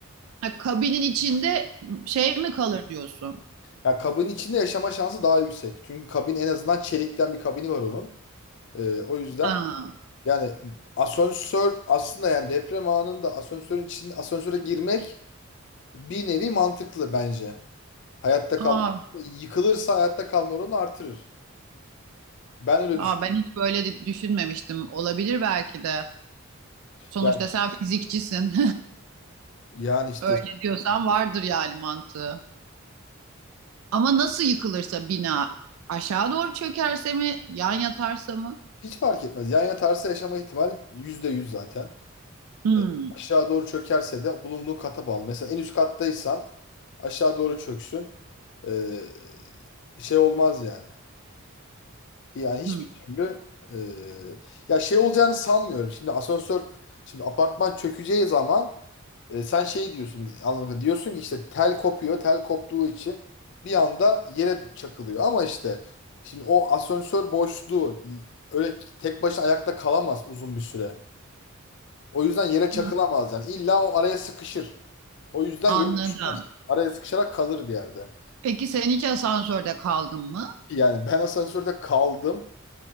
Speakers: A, on the right; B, on the left.
A: Ha, kabinin içinde şey mi kalır diyorsun?
B: Ya kabin içinde yaşama şansı daha yüksek. Çünkü kabin en azından çelikten bir kabini var onun. Ee, o yüzden
A: Ha.
B: yani asansör aslında yani deprem anında asansörün içinde asansöre girmek bir nevi mantıklı bence. Hayatta
A: Aa,
B: kal yıkılırsa hayatta kalma oranı artırır. Ben öyle
A: aa,
B: düşünüyorum.
A: ben hiç böyle de- düşünmemiştim. Olabilir belki de. Sonuçta
B: Yani,
A: sen fizikçisin.
B: yani
A: <laughs>
B: işte
A: Öyle diyorsan vardır yani mantığı. Ama nasıl yıkılırsa bina aşağı doğru çökerse mi, yan yatarsa mı?
B: hiç fark etmez. Yan yatarsa yaşama ihtimali yüzde yüz zaten.
A: Hmm,
B: E, aşağı doğru çökerse de bulunduğun kata bağlı. Mesela en üst kattaysan aşağı doğru çöksün. E, şey olmaz yani. Yani hiçbir
A: hmm,
B: türlü e, ya şey olacağını sanmıyorum. Şimdi asansör şimdi apartman çökeceği zaman e, sen şey diyorsun anlamında diyorsun ki işte tel kopuyor. Tel koptuğu için bir anda yere çakılıyor ama işte şimdi o asansör boşluğu öyle tek başına ayakta kalamaz uzun bir süre. O yüzden yere çakılamaz
A: hmm.
B: yani. İlla o araya sıkışır. O yüzden
A: Anladım.
B: yeri araya sıkışarak kalır bir yerde.
A: Peki sen hiç asansörde kaldın mı?
B: Yani ben asansörde kaldım.